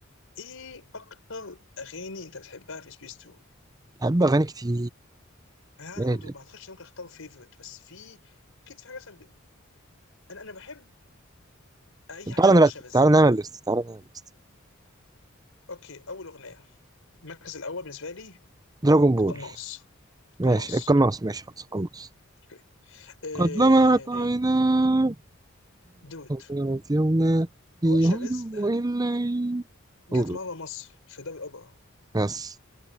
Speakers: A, on the left; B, on the right.
A: ايه اكتر اغاني انت بتحبها في سبيس تون؟
B: بحب اغاني كتير
A: انا
B: يا
A: برضه
B: إلهي.
A: ما اعتقدش إن ممكن اختار فيفورت بس في اكيد في حاجه مثلا ب- انا انا بحب اي
B: طب تعالى
A: حاجه لرشا
B: نرتب
A: رزق
B: تعالى نعمل ليست تعالى نعمل ليست
A: اوكي اول اغنيه المركز الاول بالنسبه لي
B: دراجون بول
A: قناص
B: ماشي
A: قناص
B: القناص ماشي خلاص القناص
A: اوكي إيه
B: قد لمعت عيناه
A: دود
B: غيرت يومنا في
A: رشا
B: هدوء
A: رزق
B: الليل
A: جت
B: قولوا
A: مره مصر في دار الاوبرا
B: بس